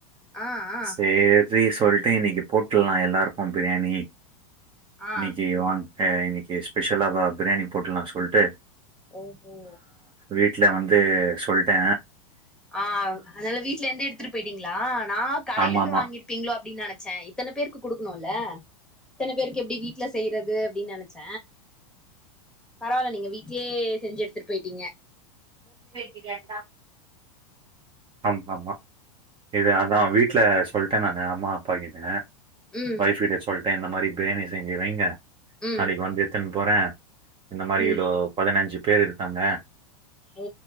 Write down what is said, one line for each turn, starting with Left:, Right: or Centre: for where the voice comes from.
Centre: ஆ ஆ
Right: சேரி சொல்ட்டு இன்னிக்கு போட்டுலா எல்லாருக்கு பிரியாணி
Centre: ஆ
Right: இன்னிக்கு வாங் அ இன்னிக்கு ஸ்பெஷலா பிரியாணி போட்டுலா சொல்லிட்டு
Centre: ஓ ஓ
Right: வீட்டு்ல வந்து சொல்டே
Centre: ஆ அதுனால வீட்டுல இருந்தே எடுதுட்டு போயிடீங்களா நா கடையில
Right: ஆமாமா.
Centre: இருந்து வாங்கிரு பீங்ளோ அப்டின்னு நனச்சே இத்தன பேருக்கு குடுக்கனுல இத்தன பேருக்கு எப்டி வீ ட்ல செயறது அப்டினு நெனச்ச பரவால நீங்க வீட் ட்லே செஞ்சி எடுத்துட்டு போயிடீங்க
Right: <unintelligible> ஆமா ஆமா இது
Centre: ம்
Right: அதா வீட்டு ட்ல சொல்டே நானு அம்மா அப்பா கிட்ட
Centre: ம்
Right: ஒய்ஃப் கிட்ட சொல் த்த இந்த மாரி பிரியாணி செஞ்சி வைங்க
Centre: ம்
Right: நாளக்கு வந்து எடுத்துனு போற இந்த மாரி
Centre: ம்
Right: இவ்ளோ பதினஞ்சு பேரு இருக்காங்க
Centre: ஓ